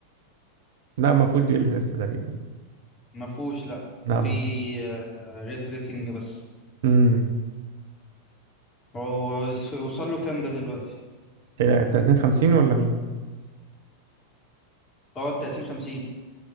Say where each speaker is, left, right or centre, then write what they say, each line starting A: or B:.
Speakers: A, on the right; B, on the left.
A: لا ما فيهوش دي ال اس اس تقريبا
B: ما فيهوش لا
A: لا
B: في
A: ما
B: ريت ريسنج بس
A: امم
B: هو وصل له كام ده دلوقتي
A: إيه 30 50 ولا مين؟
B: اه 30 50